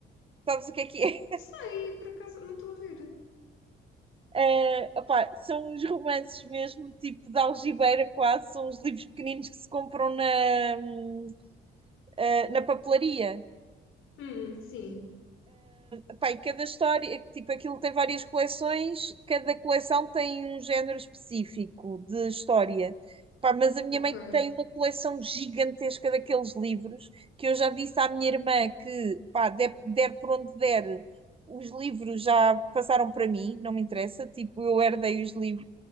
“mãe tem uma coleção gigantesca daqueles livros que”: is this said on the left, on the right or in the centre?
Right